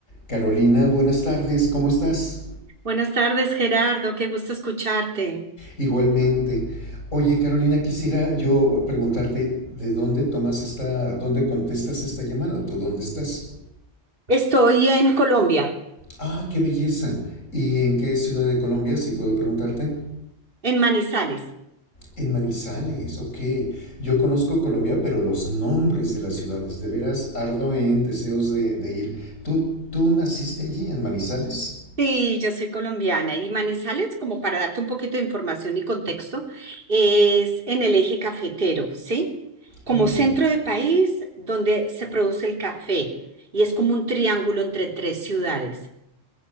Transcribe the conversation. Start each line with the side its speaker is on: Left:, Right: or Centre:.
Left: Carolina, buenas tardes, ¿cómo estás?
Right: Buenas tardes, Gerardo. Qué gusto escucharte.
Left: Igualmente. Oye, Carolina, quisiera yo preguntarte de dónde tomas esta, dónde contestas esta llamada, ¿tú dónde estás?
Right: Estoy en Colombia.
Left: Ah, qué belleza. ¿Y en qué ciudad de Colombia, si puedo preguntarte?
Right: En Manizales.
Left: En Manizales, ok. Yo conozco Colombia, pero los nombres de las ciudades, de veras ardo en deseos de, de ir. ¿Tú, tú naciste allí, en Manizales?
Right: Sí, yo soy colombiana y Manizales, como para darte un poquito de información y contexto, es en el eje cafetero, ¿sí? Como
Left: Oh.
Right: centro de país donde se produce el café y es como un triángulo entre tres ciudades.